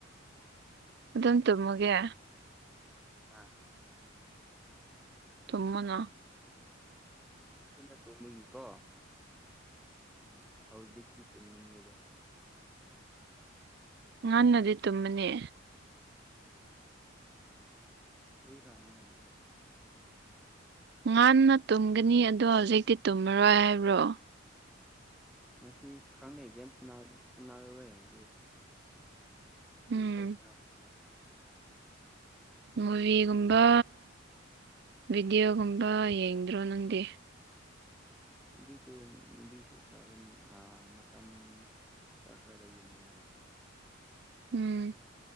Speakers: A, on the right; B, in the centre.
A: ꯑꯗꯨꯝ ꯇꯨꯝꯃꯒꯦ
B: ꯑꯥ
A: ꯁꯨꯃꯅ
B: ꯅꯨꯡꯊꯤꯟꯗ ꯇꯣꯡꯕꯒꯤꯀꯣ ꯍꯧꯖꯤꯛꯇꯤ ꯇꯨꯝꯅꯤꯡꯉꯕ
A: ꯉꯥꯟꯟꯅꯗꯤ ꯇꯨꯝꯃꯅꯦ
B: ꯐ꯭ꯔꯔꯤ ꯔꯅ ꯍꯥꯏꯗꯣ
A: ꯉꯥꯟꯟꯅ ꯇꯨꯝꯒꯅꯤ ꯑꯗꯣ ꯍꯧꯖꯤꯛꯇꯤ ꯇꯨꯝꯃꯔꯣꯏ ꯍꯥꯏꯕ꯭ꯔꯣ
B: ꯉꯁꯤꯈꯪꯅꯩ ꯒꯦꯝꯁꯨ ꯁ ꯔꯔꯣꯏꯦ ꯑꯗꯨ ꯀꯔꯤ
A: ꯎꯝ
B: ꯇꯧꯁꯤꯔꯛꯕꯅꯦ
A: ꯃꯨꯚꯤꯒꯨꯝꯕ ꯚꯤꯗꯤꯑꯣꯒꯨꯝꯕ ꯌꯦꯡꯗ꯭ꯔꯣ ꯅꯪꯗꯤ
B: ꯃꯕꯤꯗꯨ ꯃꯕꯤꯁꯨ ꯈꯔ ꯈꯔ ꯃꯇꯝ ꯈꯔ ꯈꯔꯗ ꯌꯦꯡꯉꯦ
A: ꯎꯝ